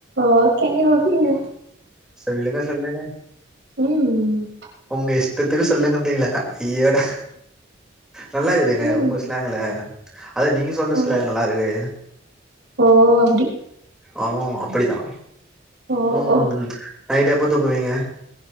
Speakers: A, on the right (about 60°); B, in the centre.
A: ஓகேங்க ஓகேங்க
B: சொல்லுங்க சொல்லுங்க
A: ம்
B: ஒங்க இஷ்டத்துக்கு சொல்லுங்க அப்டீங்ளா ஐயோடா நல்லாகுதுங்க
A: ம்.
B: உங்க ஸ்லாங்ல அது நீங்க சொல்ற
A: ம்.
B: ஸ்லாங் நல்லாருக்கு
A: ஓ அப்டி.
B: ஆ அப்டிதா
A: ஓ
B: ம்
A: ஓ.
B: நைட்டு எப்ப தூங்குவீங்க